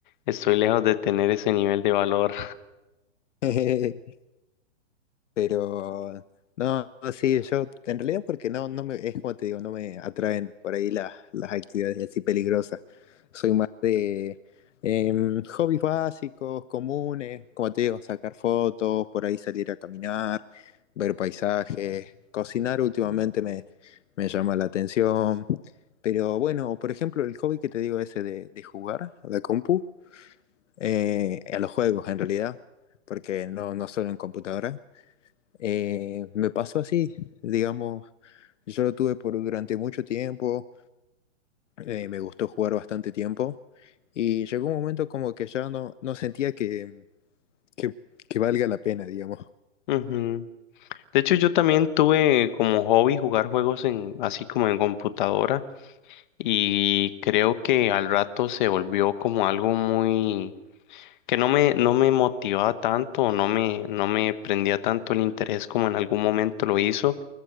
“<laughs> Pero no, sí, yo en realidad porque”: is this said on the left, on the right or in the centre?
Left